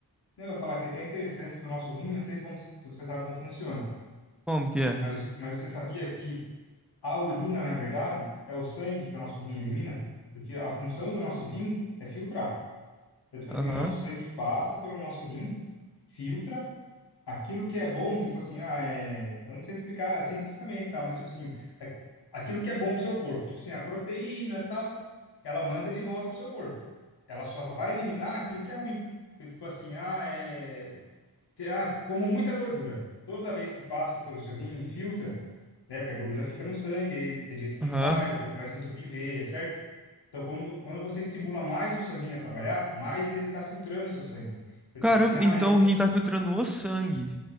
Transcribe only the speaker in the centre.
Como que é?
Aham,
aham.
Caramba,
então
o rim tá filtrando o sangue.